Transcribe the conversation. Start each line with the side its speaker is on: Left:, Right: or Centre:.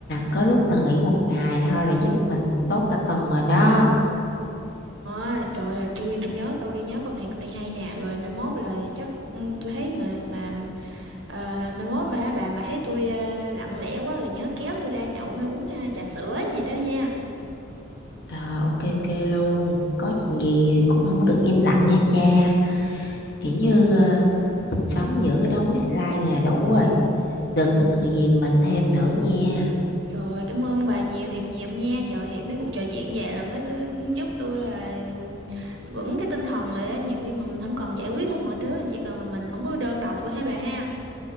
Left: có lúc là nghỉ một ngày thôi là giúp mình tốt cả tuần rồi đó
Right: Ôi, trời ơi, tôi <laughs> tôi nhớ câu ghi nhớ câu này câu này hay nè, rồi mai mốt là chắc ừ, tôi thấy mà mà ờ, mai mốt bà bà mà thấy tôi ờ, lặng lẽ quá rồi nhớ kéo tôi ra nhậu hay uống ờ, trà sữa gì đó nha.
Left: Ờ, ok ok luôn có chuyện gì thì cũng không có được im lặng nha cha kiểu như à, mình sống giữa cái đống deadline này là đủ rồi đừng có tự dìm mình thêm nữa nha
Right: Trời ơi, cảm ơn bà nhiều thiệt nhiều nha. Trời thiệt mấy cuộc trò chuyện vậy là mới tôi, giúp tôi là vững cái tinh thần lại á. Nhiều khi mà mình không cần giải quyết hết mọi thứ, chỉ cần là mình không có đơn độc của hai bà ha.